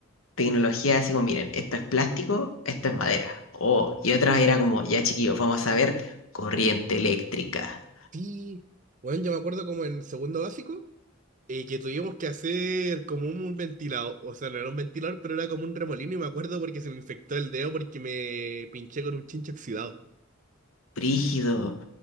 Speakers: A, on the left; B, on the right.
A: tecnología así como, miren, esto es plástico, esto es madera. Oh, y otras era como, ya chiquillos, vamos a ver corriente eléctrica.
B: Sí. Bueno, yo me acuerdo como en segundo básico, eh, que tuvimos que hacer como un, ventilador. O sea, no era un ventilador, pero era como un remolino. Y me acuerdo porque se me infectó el dedo porque me pinché con un chinche oxidado.
A: Brígido.